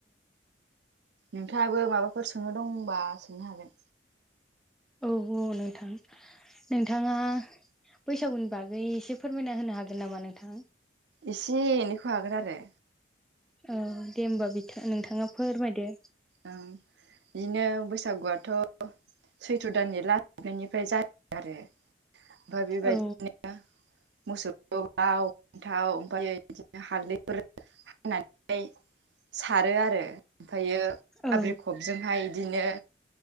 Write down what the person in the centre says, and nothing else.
औ औ नोंथां। नोंथाङा बैसागुनि बागै एसे फोरमायना होनो हागोन नामा नोंथां?
औ दे होमबा बिथां नोंथाङा फोरमायदो।
औ
औ